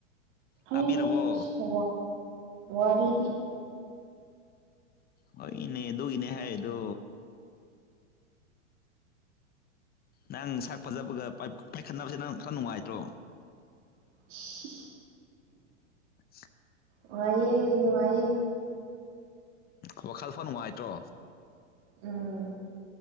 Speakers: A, on the left (about 25°); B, on the right (about 50°).
A: ꯑ
B: ꯑꯩꯁ
A: ꯇꯥꯕꯤꯔꯕꯣ
B: ꯋꯥꯔꯤꯗꯤ
A: ꯍ ꯏꯅꯦ ꯑꯗꯨꯒꯤꯅꯦ ꯍꯥꯏꯗꯣ ꯅꯪ ꯁꯥꯛ ꯐꯖꯕꯒ ꯄꯥꯏꯈꯠꯅꯕꯁꯦ ꯅꯪ ꯈꯔ ꯅꯨꯡꯉꯥꯏꯇ꯭ꯔꯣ
B: ꯏꯁ
A: <inaudible>
B: ꯉꯅꯨꯡꯌꯦ ꯅꯨꯡꯉꯑꯌꯦ
A: ꯎꯝ ꯋꯥꯈꯜ ꯐꯣ ꯅꯨꯡꯉꯥꯏꯇ꯭ꯔꯣ
B: ꯎꯝ